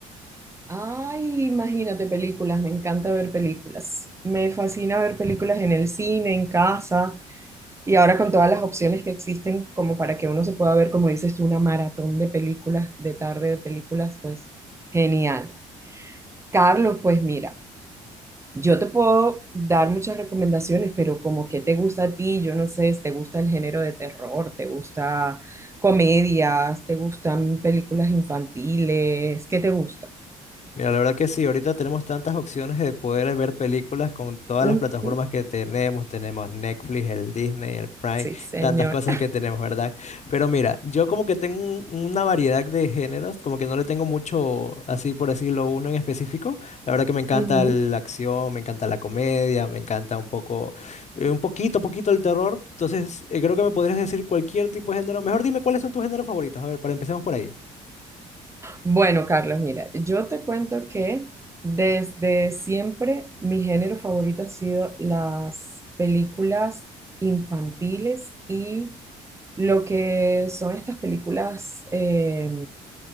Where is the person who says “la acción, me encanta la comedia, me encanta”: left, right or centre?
Left